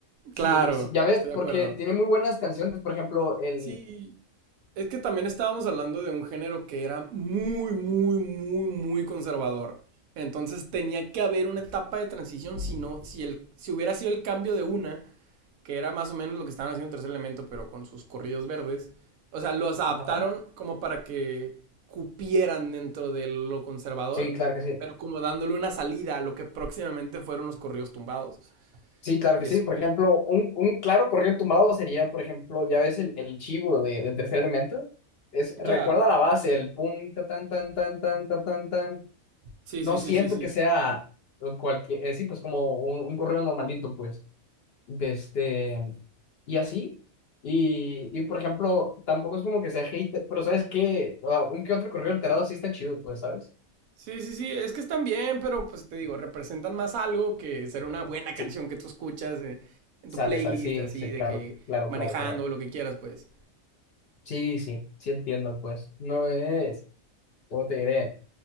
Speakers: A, on the left (about 55°); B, on the right (about 80°).
A: sí,
B: claro,
A: sí, ya ves,
B: estoy de
A: porque
B: acuerdo.
A: tiene muy buenas canciones, por ejemplo, el,
B: Sí, es que también estábamos hablando de un género que era muy, muy, muy, muy conservador. Entonces tenía que haber una etapa de transición, si no, si el, si hubiera sido el cambio de una, que era más o menos lo que estaban haciendo Tercer Elemento, pero con sus corridos verdes. O sea, los adaptaron
A: ajá,
B: como para que cupieran dentro de lo conservador,
A: sí, claro que sí.
B: pero como dándole una salida a lo que próximamente fueron los corridos tumbados.
A: Sí, claro
B: Y
A: que sí.
B: eso
A: Por
B: me...
A: ejemplo, un, un claro corrido tumbado sería, por ejemplo, ya ves el, el chivo de, de tercer elemento. Es,
B: Ya.
A: recuerda la base, el pum, ta, tan, tan, tan, tan, ta, tan, tan.
B: Sí,
A: No
B: sí,
A: siento
B: sí, sí, sí.
A: que sea cualquier, eh, sí, pues como un, un corrido normalito, pues. De este, y así. Y, y, por ejemplo, tampoco es como que sea hater, pero ¿sabes qué? Ah, un que otro corrido alterado sí está chido, pues, ¿sabes?
B: Sí, sí, sí, es que están bien, pero pues te digo, representan más algo que ser una buena canción
A: Sí,
B: que tú escuchas eh, en
A: sale,
B: tu playlist,
A: sale, sí,
B: así,
A: sí,
B: de
A: claro,
B: que
A: claro,
B: manejando
A: claro, claro.
B: o lo que quieras, pues.
A: Sí, sí, sí entiendo, pues. No es. ¿Cómo te diré?